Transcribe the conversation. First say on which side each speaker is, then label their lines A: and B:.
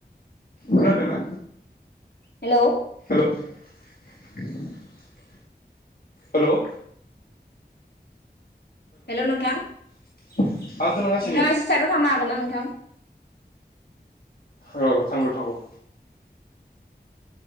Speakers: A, on the left; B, on the left.
A: खोनादोंना?
B: हेलौ
A: <unintelligible> हेल'
B: हेल' नोंथां
A: <unintelligible> खोनागासिनो
B: नोंथाङा एसे साइडआव थांनो हागोन ना नोंथां?
A: र' र' थांगौ थांगौ